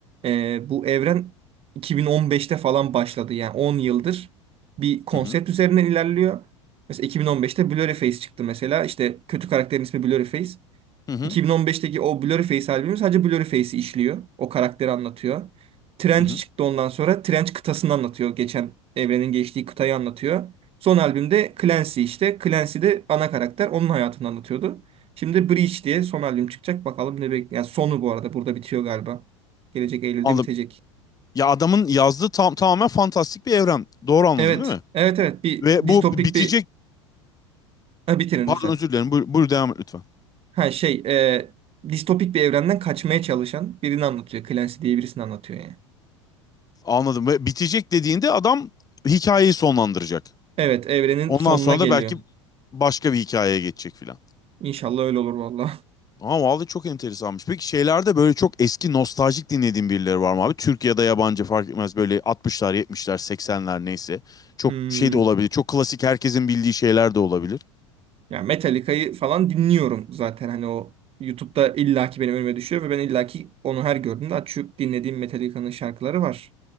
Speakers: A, on the right; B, on the left.
A: e, bu evren 2015'te falan başladı. Yani 10 yıldır bir konsept
B: Hı hı.
A: üzerinden ilerliyor. Mesela 2015'te Blurryface çıktı mesela. İşte kötü karakterin ismi Blurryface.
B: Hı hı.
A: 2015'teki o Blurry Face albümü sadece Blurry Face'i işliyor. O karakteri anlatıyor. Trench
B: Hı hı.
A: çıktı ondan sonra. Trench kıtasını anlatıyor. Geçen evrenin geçtiği kıtayı anlatıyor. Son albümde Clancy işte. Clancy de ana karakter. Onun hayatını anlatıyordu. Şimdi Breach diye son albüm çıkacak. Bakalım ne bekliyor. Yani sonu bu arada burada bitiyor galiba. Gelecek Eylül'de
B: Anladım.
A: bitecek.
B: Ya adamın yazdığı tam tamamen fantastik bir evren. Doğru anladım
A: Evet.
B: değil mi?
A: Evet evet. Bir
B: Ve
A: distopik
B: bu bitecek
A: bir... Ha, bitirin
B: pardon
A: lütfen.
B: özür dilerim. Buyur, buyur devam et lütfen.
A: Ha şey. e, distopik bir evrenden kaçmaya çalışan birini anlatıyor. Clancy diye birisini anlatıyor yani.
B: Anladım. Ve bitecek dediğinde adam hikayeyi sonlandıracak.
A: Evet, evrenin
B: Ondan
A: sonuna
B: sonra
A: geliyor.
B: da belki başka bir hikayeye geçecek filan.
A: İnşallah öyle olur valla. <laughs>
B: Ama vallahi çok enteresanmış. Peki şeylerde böyle çok eski nostaljik dinlediğin birileri var mı abi? Türkiye'de yabancı fark etmez böyle 60'lar, 70'ler, 80'ler neyse. Çok
A: Hmm.
B: şey de olabilir. Çok klasik herkesin bildiği şeyler de olabilir.
A: Ya Metallica'yı falan dinliyorum zaten hani o YouTube'da illaki benim önüme düşüyor ve ben illaki onu her gördüğümde açıp dinlediğim Metallica'nın şarkıları var.